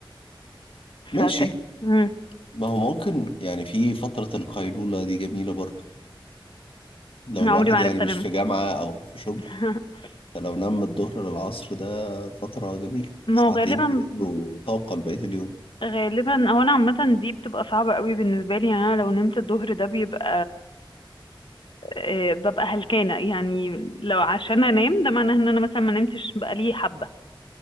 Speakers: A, on the left (about 85°); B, on the left (about 65°).
A: ماشي
B: فت... مم.
A: ما هو ممكن يعني في فترة القيلولة دي جميلة برضو لو
B: عمري
A: الواحد
B: ما
A: يعني
B: عرفت
A: مش
B: انام
A: في جامعة او في شغل
B: <laughs>
A: فلو نام من الظهر للعصر ده فترة جميلة
B: ما
A: ساعتين
B: هو غالبا
A: بيدوا طاقة لبقية اليوم
B: غالبا هو انا عامة دي بتبقى صعبة قوي بالنسبة لي يعني انا لو نمت الظهر ده بيبقى آه، ببقى هلكانة يعني لو عشان انام ده معناه ان انا مثلا ما نمتش بقالي حبة